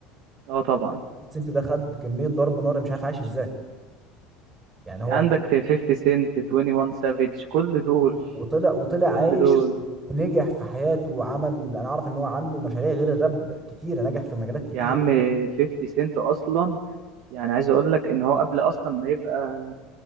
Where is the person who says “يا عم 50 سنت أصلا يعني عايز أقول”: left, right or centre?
Right